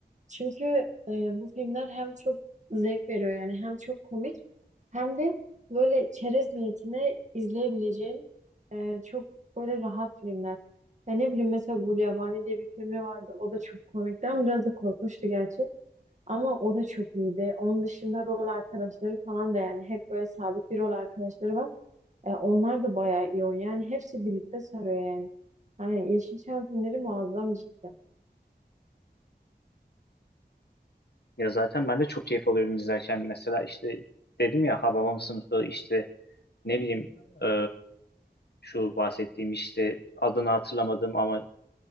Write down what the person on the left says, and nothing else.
Ya zaten ben de çok keyif alıyorum izlerken. Mesela işte dedim ya Hababam sınıfı işte ne bileyim e, şu bahsettiğim işte adını hatırlamadım ama